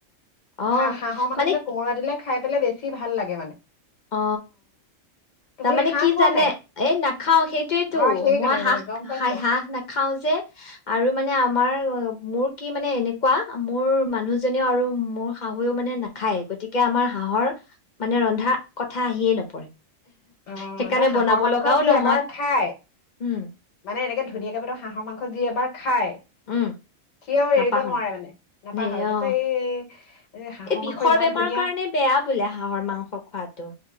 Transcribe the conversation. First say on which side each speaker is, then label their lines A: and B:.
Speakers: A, on the left; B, on the left.
A: অ',
B: হাঁ হাঁহৰ মাংস
A: মানে
B: দিলে কোমোৰা দিলে খাই পেলাই বেছি ভাল লাগে মানে
A: অ
B: তুমি
A: তাৰমানে
B: হাঁহ
A: কি
B: খোৱা
A: জানে
B: নাই
A: এই নাখাও সেইটোৱেইেতো
B: অ সেইকাৰণে
A: মই হাঁহ
B: জানো, গম পাইছো
A: হাঁহ নাখাও যে আৰু মানে আমাৰ মোৰ কি মানে এনেকুৱা মোৰ মানুহজননেও আৰু মোৰ শাহুএ ও মানে নাখায় গতিকে আমাৰ হাঁহৰ মানে ৰন্ধা কথা আহিয়ে নপৰে
B: অ
A: সেইকাৰণে
B: ন হাঁহৰ
A: বনাব
B: মাংস
A: লগাও
B: যি
A: নহয়
B: এবাৰ খায়
A: উম
B: মানে এনেকে ধুনীয়াকে বতৰ হাঁহৰ মাংস যি এবাৰ খায়
A: উম
B: সিও
A: নাপাহৰে
B: এৰিব নোৱাৰে মানে নাপাহাহৰে
A: নে অ
B: <unintelligible> এই হাঁহৰ
A: এই বিষৰ
B: মাংস ইমান
A: বেমাৰ
B: ধুনীয়া
A: কাৰণে বেয়া বোলে হাঁহৰ মাংস খোৱাটো